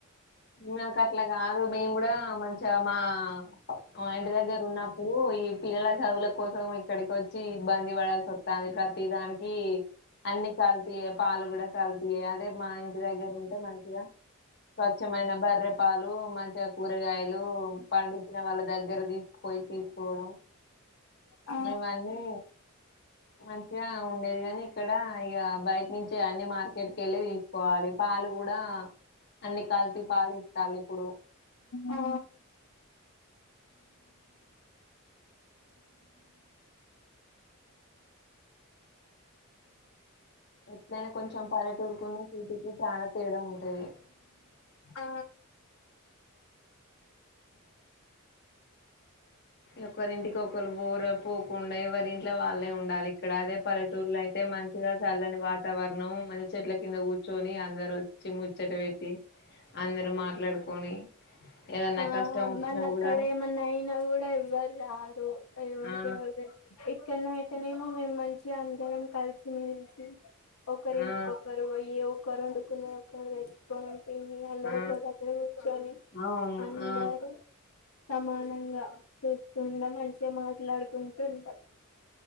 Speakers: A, on the left; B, on the left.
A: మాకు అట్లా కాదు మేము కూడా మంచిగా మా మా ఇంటి దగ్గర ఉన్నప్పుడు ఈ పిల్లల చదువుల కోసం ఇక్కడికి వచ్చి ఇబ్బంది పడాల్సి వస్తుంది ప్రతి దానికి అన్ని కల్తీయే పాలు కూడా కల్తీయే అదే మా ఇంటి దగ్గర ఉంటే మంచిగా స్వచ్ఛమైన బర్రెపాలు మంచిగా కూరగాయలు పండించిన వాళ్ళ దగ్గర తీసు పోయి తీసుకోవడం
B: ఆ
A: ఇవన్నీ మంచిగా ఉండేది కాని ఇక్కడ ఇక బయట నుంచి అన్ని మార్కెట్ కి వెళ్ళి తీసుకోవాలి పాలు కూడా అన్ని కల్తీ పాలు ఇస్తాలు ఇప్పుడు
B: ఆ
A: ఎట్లైన కొంచెం పల్లెటూరుకున్న సిటీకి చాలా తేడా ఉంటది
B: ఆ
A: ఒకరింటికి ఒకరు పోర పోకుండా ఎవరి ఇంట్లో వాళ్ళే ఉండాలి ఇక్కడ అదే పలెటూరులో అయితే మంచిగా చల్లని వాత తావరణం మంచి చెట్ల కింద కూర్చొని అందరు వచ్చి ముచ్చట పెట్టి అందరు మాట్లాడుకొని ఏదన్నా
B: ఆ
A: కష్టం వచ్చినా
B: మళక్కడ
A: కూడా
B: ఏమన్నాయి న కూడా ఎవరు రారు ఎవరికి
A: ఆ
B: ఎవరు తెల ఇక్కన్నా అయితేనేమో మేం మంచిగా అందరం కలిసి మీలిసి ఒకరింటికి
A: ఆ
B: ఒకరు పోయి ఒకరు వండుకున్నాది ఒకరు తెచ్చుకొని ఏమి అందరు
A: ఆ
B: ఒక దగ్గర కూర్చొని
A: అవును
B: అందరూ
A: ఆ
B: సమానంగా చూసుకుండా మంచిగా మాట్లాడుకుంటుంటాం